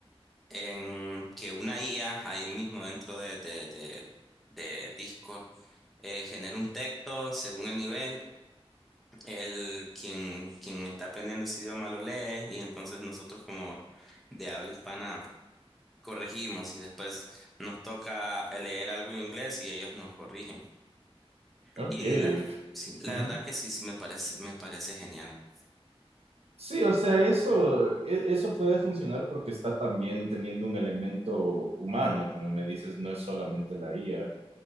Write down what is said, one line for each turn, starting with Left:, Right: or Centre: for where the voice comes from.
Centre: en que una IA ahí mismo dentro de, de, de, de Discord eh, genera un texto según el nivel, el quien, quien está aprendiendo ese idioma lo lee y entonces nosotros como de habla hispana corregimos y después nos toca leer algo en inglés y ellos nos corrigen.
Right: Ok.
Centre: Y la, sí, la
Right: Ujú.
Centre: verdad que sí, sí me parece, me parece genial.
Right: Sí, o sea, eso, e- eso puede funcionar porque está también teniendo un elemento humano, como me dices, no es solamente la IA.